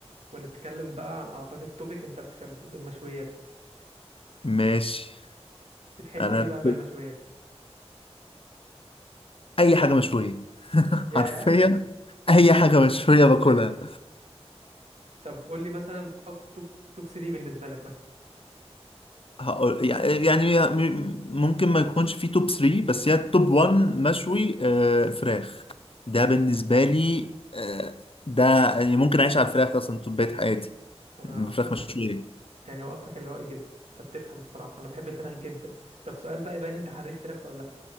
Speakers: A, on the right; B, on the left.
A: ونتكلم بقى عن اعتقد توبيك انت بتحبه المشويات
B: ماشي
A: بتحب
B: انا
A: ايه بقى في المشويات
B: اي حاجه مشويه <laughs>
A: ياه
B: حرفيا اي حاجه مشويه باكلها
A: طب قول لي مثلا أك- توب توب 3 بالنسبه لك مثلا
B: هقول يعني يعني م- ممكن ما يكونش في توب 3 بس هي التوب 1 مشوي آه، فراخ ده بالنسبه لي آه، ده يعني ممكن اعيش على الفراخ اصلا طول بقية حياتي
A: انا
B: الفراخ مشويه
A: يعني وافقك الراي جدا انت بتفهم بصراحه انا بحب الفراخ جدا طب سؤال بقى يبين انت حريف فراخ ولا لا